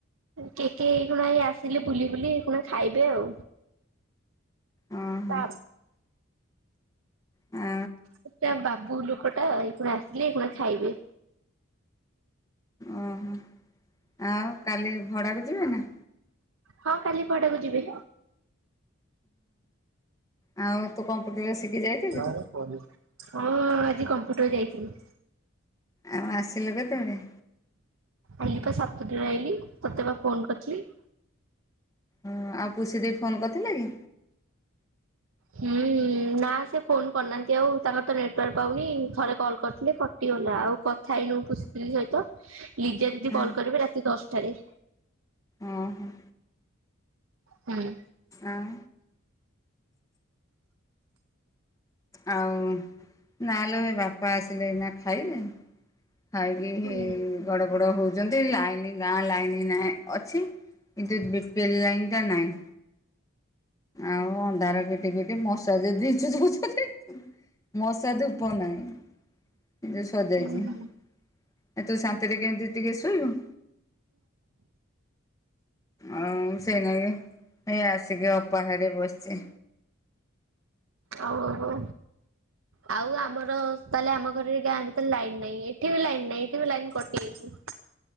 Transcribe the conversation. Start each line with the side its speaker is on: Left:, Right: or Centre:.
Right: କେକେ ଏଇ କଣ ଏଇ ଆସିଲେ ବୁଲି ବୁଲି କଣ ଖାଇବେ ଆଉ।
Left: ଓହୋ
Right: ତା
Left: ହ।
Right: ସେଟା ବାବୁ ଲୋକଟା ଏଇଖୁଣା ଆସିଲେ ଏଇଖୁଣା ଖାଇବେ
Left: ଓହୋ ଆଉ କାଲି ଭଡ଼ାକୁ ଯିବେ ନା?
Right: ହଁ କାଲି ଭଡାକୁ ଯିବେ।
Left: ହଁ ଆଉ ତୁ କମ୍ପୁଟର ଶିଖି ଯାଇ
Right: ହଁ ଆଜି କମ୍ପ୍ୟୁଟର ଯାଇଥିଲି।
Left: ଆଉ ଆସିଲୁ କେତେବେଳେ?
Right: ଆଇଲି ପା ସାତୁଟାରେ ଆଇଲି ତତେ ବା ଫୋନ କରିଥିଲି।
Left: ହଁ ଆଉ ପୁସି ଦେଇ ଫୋନ କରିଥିଲେ କି?
Right: ହୁଁ ନା ସେ ଫୋନ କରିନାହାନ୍ତି ଆଉ ତାଙ୍କର ତ ନେଟୱାର୍କ ପାଉନି ଥରେ କଲ୍ କରିଥିଲେ କ ଟି ଗଲା ଆଉ କଥା ହେଇନୁ ପୁସିଦିଦି ସହିତ ଲିଜା ଦିଦି
Left: ହଁ
Right: କଲ କରିବେ ରାତି ଦଶଟାରେ।
Left: ଆଁ ହଁ।
Right: ହୁଁ।
Left: ଆଁ। ଆଉ ନାଲୋ ହେଇ ବାପା ଆସିଲେ ଏଇନା ଖାଇବେ। ଖାଇକି
Right: ହୁଁ
Left: ଗଡ ପଡ ହୋଉଛନ୍ତି ଲାଇନ ଗାଁ ଲାଇନ ନାହିଁ। ଅଛି କିନ୍ତୁ ବି ପି ଏଲ ଲାଇନ୍ଟା ନାହିଁ। ଆଉ ଅନ୍ଧାର କିଟିକିଟି ମଶା ଯେ ଧିଶି ଦେଉଛନ୍ତି। ମଶା ଧୂପ ନାହିଁ ଯୋଉ ସରିଯାଇଚି।
Right: ହୁଁ
Left: ଆ ତୁ ଶାନ୍ତିରେ କେମିତି ଟିକେ ଶୋଇବୁ। ଆଉ ସେଇନାକି ହେଇ ଆସିକି ଅପା ଘରେ ବସିଛି।
Right: ଆଉ ଆଉ ହଉ। ଆଉ ଆମର ତାହେଲେ ଆମ ଘରେ ଗାଁ ରେ ଲାଇନ ନାହିଁ ଏଠି ବି ଲାଇନ୍ ନାହିଁ ଏଠି ବି ଲାଇନ କଟିଯାଇଛି।